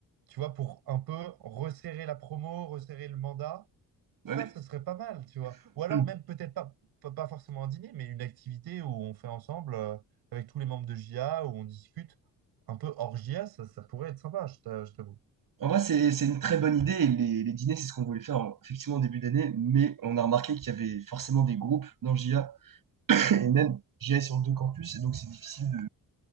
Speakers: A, on the right; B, on the right.
A: tu vois, pour un peu resserrer la promo, resserrer le mandat. Ça,
B: Ouais, mais-
A: ce serait pas mal, tu vois. Ou alors même
B: <coughs> <clears throat>
A: peut-être pas, pas pas forcément un dîner, mais une activité où on fait ensemble euh, avec tous les membres de JA, où on discute un peu hors JA, ça, ça pourrait être sympa, je t'a- je t'avoue.
B: En vrai, c'est, c'est une très bonne idée. et Les, les dîners, c'est ce qu'on voulait faire en- effectivement en début d'année, mais on a remarqué qu'il y avait forcément des groupes dans JA, <coughs> <laughs> et même JA est sur deux campus, et donc c'est difficile de...